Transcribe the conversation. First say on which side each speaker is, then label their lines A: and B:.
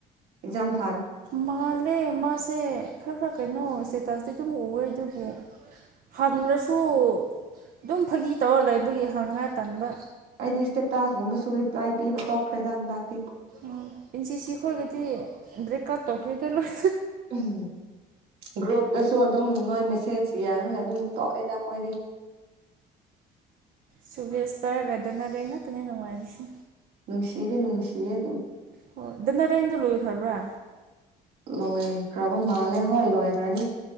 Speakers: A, on the right (about 80°); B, on the right (about 55°).
A: ꯑꯦꯛꯥꯝ
B: ꯃꯥꯜꯂꯦ ꯃꯥꯁꯦ ꯈꯔ ꯈꯔ ꯀꯩꯅꯣ ꯏꯁꯇꯦꯇꯁꯇꯤ ꯑꯗꯨꯝ ꯎꯑꯦ ꯑꯗꯨꯕꯨ ꯍꯪꯉ꯭ꯔꯁꯨ ꯑꯗꯨꯝ ꯐꯥꯒꯤ ꯇꯧꯔ ꯂꯩꯕꯒꯤ ꯍꯪꯅꯤꯉꯥꯏ ꯇꯟꯥꯟꯕ
A: ꯑꯩꯗꯤ ꯏꯁꯇꯦꯇꯥꯁꯒꯨꯝꯕꯁꯨ ꯔꯤꯄ꯭ꯂꯥꯏ ꯄꯤꯕ ꯇꯣꯛꯈ꯭ꯔꯦꯗ ꯍꯟꯗꯥꯛꯇꯤ
B: ꯎꯝ ꯏꯟꯆꯤꯁꯤ ꯑꯩꯈꯣꯏꯒꯗꯤ ꯕ꯭ꯔꯦꯛ ꯀꯞ ꯇꯧꯈ꯭ꯔꯤꯗ ꯂꯣꯏ
A: ꯎꯝ ꯒ꯭ꯔꯨꯞꯨꯞꯇꯁꯨ ꯑꯗꯨꯝ ꯅꯣꯏ ꯃꯦꯁꯦꯖ ꯌꯥꯗ ꯑꯗꯨꯝ ꯇꯣꯛꯑꯦꯗ ꯑꯩꯈꯣꯏꯗꯤ
B: ꯁꯨꯕꯦꯁ ꯇꯔꯒꯗꯅꯔꯦ ꯉꯥꯛꯇꯅꯤ ꯅꯨꯡꯉꯥꯏꯔꯤꯁꯦ
A: ꯅꯨꯡꯁꯤꯗꯤ ꯅꯨꯡꯁꯤꯔꯦ
B: ꯍꯣꯏ ꯑꯗꯨ ꯅꯔꯦꯟꯗꯨꯣ ꯂꯣꯏꯈ꯭ꯔꯕ꯭ꯔꯥ
A: ꯂꯣꯏꯈꯕꯥ ꯃꯥꯜꯦ ꯍ ꯂꯣꯏꯈꯥꯅꯤ